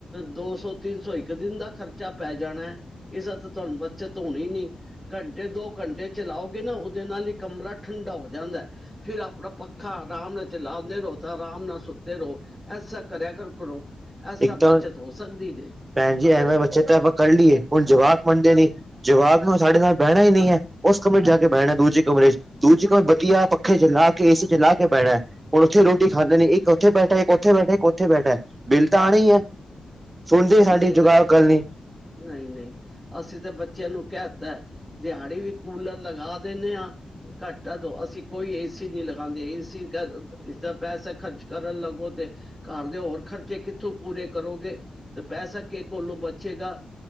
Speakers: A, in the centre; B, on the right (about 25°).
A: ਦੋ ਸੌ ਤਿੰਨ ਸੌ ਇੱਕ ਦਿਨ ਦਾ ਖਰਚਾ ਪੈ ਜਾਣਾ ਹੈ ਇਸਦਾ ਤਾਂ ਤੁਹਾਨੂੰ ਬੱਚਤ ਹੋਣੀ ਨੀ ਘੰਟੇ ਦੋ ਘੰਟੇ ਚਲਾਓਗੇ ਨਾ ਉਹਦੇ ਨਾਲ ਇੱਕ ਕਮਰਾ ਠੰਡਾ ਹੋ ਜਾਂਦਾ ਫਿਰ ਆਪਣਾ ਪੱਖਾ ਆਰਾਮ ਨਾਲ ਚਲਾਉਂਦੇ ਰੋਤਾ ਆਰਾਮ ਨਾਲ ਸੁੱਤੇ ਰਹੋ ਐਸਾ ਕਰਿਆ ਕਰ ਕਰੋ ਐਸਾ
B: ਇੱਕ ਤਾਂ
A: ਬੱਚਤ ਹੋ ਸਕਦੀ ਜੇ
B: ਭੈਣ ਜੀ
A: ਅਗਰ
B: ਐਵੇਂ ਬੱਚੇ ਤਾਂ ਆਪਾਂ ਕਰ ਲਈਏ ਹੁਣ ਜਵਾਕ ਮੰਨਦੇ ਨੀ ਜਵਾਬ ਨੂੰ ਸਾਡੇ ਨਾਲ ਬਹਿਣਾ ਹੀ ਨਹੀਂ ਹੈ ਉਸ ਕਮਰੇ ਚ ਜਾ ਕੇ ਬਹਿਣਾ ਦੂਜੇ ਕਮਰੇ ਚ ਦੂਜੀੇ ਕਮਰੇ ਵਤੀਆ ਪੱਖੇ ਚ ਲਾ ਕੇ ਏ ਚ ਲਾ ਕੇ ਬਹਿਣਾ ਹੁਣ ਉੱਥੇ ਰੋਟੀ ਖਾਂਦੇ ਨੇ ਇੱਕ ਉੱਥੇ ਬੈਠਾ ਇੱਕ ਉੱਥੇ ਬੈਠਾ ਇੱਕ ਉੱਥੇ ਬੈਠਾ ਬਿੱਲ ਤਾਂ ਆਉਣਾ ਹੀ ਹੈ ਸੁਣਦੇ ਸਾਡੀ
A: ਨਹੀਂ
B: ਜੁਗਾੜ
A: ਬੱਚੇ
B: ਗੱਲ ਨੀ
A: ਨਹੀਂ ਨਹੀਂ ਅਸੀਂ ਤਾਂ ਬੱਚਿਆਂ ਨੂੰ ਕਹਿ ਦਿੱਤਾ ਦਿਹਾੜੀ ਵੀ ਕੂਲਰ ਲਗਾ ਦਿੰਦੇ ਹਾਂ ਘਾਟਾ ਤੋਂ ਅਸੀਂ ਕੋਈ ਏਸੀ ਨੀ ਲਗਾਉਂਦੇ ਏਸੀਦਾ ਪੈਸਾ ਖਰਚ ਕਰਨ ਲੱਗੋ ਤੇ ਘਰ ਦੇ ਹੋਰ ਖਰਚੇ ਕਿੱਥੋਂ ਪੂਰੇ ਕਰੋਗੇ ਤੇ ਪੈਸਾ ਕਿਸ ਕੋਲੋਂ ਬਚੇਗਾ